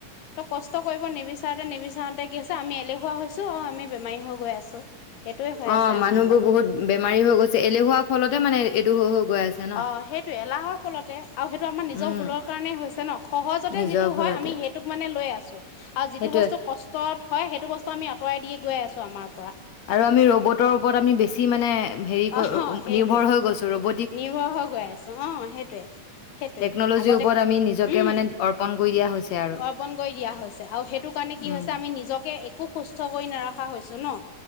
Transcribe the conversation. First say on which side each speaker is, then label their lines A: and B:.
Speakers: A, on the left; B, on the left.
A: ত কৰিব নিবিচাৰোতে নিবিচাৰোতে কি আছে আমি এলেহুৱা হৈছে ট, আমি বেমাৰী হৈ গৈ আছো সেইটোয়ে হৈ
B: অ
A: আছে আমাৰ
B: মানুহবোৰ
A: লগত।
B: বহুত বেমাৰী হৈ গৈছে এলেহুৱা ফলতে মানে এইটো হৈ হৈ গৈ আছে ন
A: অ সেইটো এলাহৰ ফলতে আৰু সেইটো আমাৰ নিজৰ
B: উম
A: ভুলৰ কাৰণে হৈছে ন সহজতে
B: নিজৰ
A: যিটো
B: ফলতে
A: হয় আমি সেইটোক মানে লৈ আছো আৰু যিটো
B: সেইটোয়ে
A: বস্তু কষ্টত হয় সেইটো বস্তু আমি আঁতৰাই দিয়ে। গৈ আছো আমাৰ পৰা
B: আৰু আমি ৰ'বটৰ ওপৰত আমি বেছি মানে হেৰি
A: অ সেইটোৱে
B: নিৰ্ভৰ হৈ গৈছো ৰ'ব
A: নিৰ্ভৰ হৈ গৈ আছো অ সেইটয়ে সেইটোয়ে
B: টেকনলজিৰ
A: আগতে
B: ওপৰত আমি নিজকে
A: উম
B: মানে অৰ্পন কৰি দিয়া হৈছে আৰু
A: অৰ্পন কৰি দিয়া হৈছে আৰু সেইটো কাৰণে কি
B: উম
A: হৈছে আমি নিজকে একো সুস্থ কষ্ট কৰি নাৰাখা হৈছোঁ ন